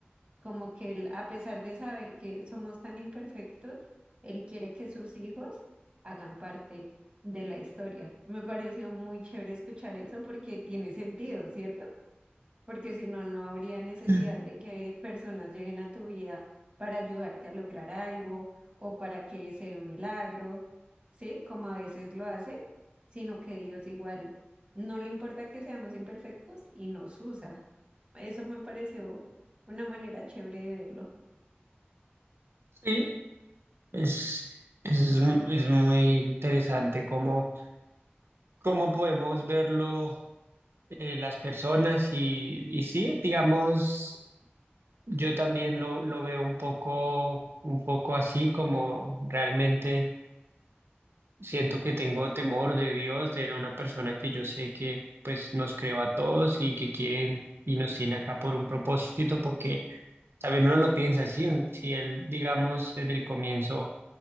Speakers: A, on the right; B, on the right.
A: como que él, a pesar de saber que somos tan imperfectos, él quiere que sus hijos hagan parte de la historia. Me pareció muy chévere escuchar eso porque tiene sentido, ¿cierto? porque si no, no habría necesidad
B: Mm.
A: de que personas lleguen a tu vida para ayudarte a lograr algo o para que se dé un milagro, ¿sí? Como a veces lo hace, sino que Dios igual no le importa que seamos imperfectos y nos usa. Eso me pareció una manera chévere de verlo.
B: Sí, Es, es, es muy interesante cómo, cómo podemos verlo eh, las personas y, y sí, digamos, yo también lo, lo veo un poco, un poco así, como realmente siento que tengo temor de Dios, de una persona que yo sé que pues nos creó a todos y que quieren y nos tiene acá por un propósito, porque, ¿saben? Uno lo piensa así, si él, digamos, desde el comienzo